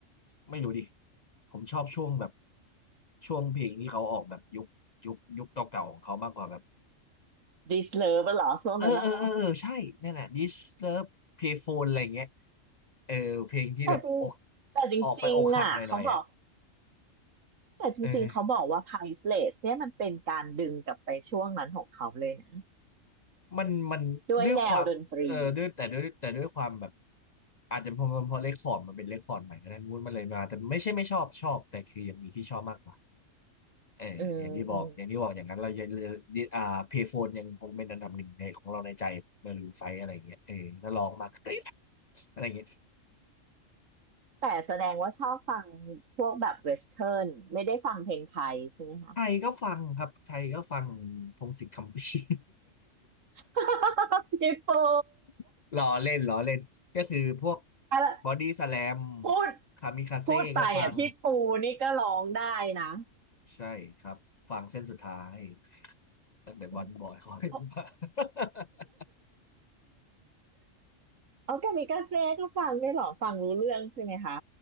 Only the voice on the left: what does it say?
ไม่รู้ดิผมชอบช่วงแบบช่วงเพลงที่เขาออกแบบยุคยุคยุคเก่าๆของเขามากกว่าแบบ
เออเออเออเออใช่นั่นแหละ This Love Payphone อะไรอย่างเงี้ยเออเพลงที่แบบอก
ออกไปอกหักหน่อยๆออ่ะ
เออ
มันมันด้วยความเออด้วยแต่ด้วยแต่ด้วยความแบบ
อาจจะเพราะเพราะเลคคอร์ดมันเป็นเลคคอร์ดใหม่ก็ได้มูดมันเลยมาแต่ไม่ใช่ไม่ชอบชอบแต่คือยังมีที่ชอบมากกว่าเอออย่างที่บอกอย่างที่บอกอย่างนั้นเรายัง
อ่าเพย์โฟนยังคงเป็นอันดับหนึ่งในของเราในใจมารูนไฟอะไรอย่างเงี้ยเออถ้าลองมาก็ได้นะอะไรอย่างเงี้ย
ไทยก็ฟังครับไทยก็ฟังพงษ์สิทธิ์คำภีร์
<laughs> ล้อเล่นล้อเล่นก็คือพวก
บอดี้สแลม
คามิคาเซ่ก็ฟัง
ใช่ครับฟังเส้นสุดท้ายตั้งแต่วันบอย
<laughs> เขาเป็นมา
<laughs>